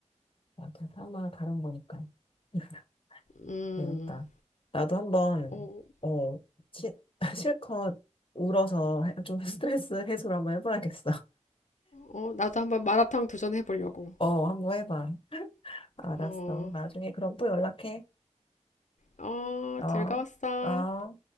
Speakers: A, on the left; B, on the left.
A: 맞아. 사마 다른 거니까. <laughs>
B: 음,
A: 재밌다. 나도 한번,
B: 어,
A: 어, 치, <laughs> 실컷 울어서 해- 좀 <laughs> 스트레스 해소를 한번 해봐야겠어.
B: 어, 나도 한번 마라탕 도전해 보려고.
A: 어, 한번 해봐. 알았어.
B: 어,
A: 나중에 그럼 또 연락해.
B: 어,
A: 어,
B: 즐거웠어.
A: 어.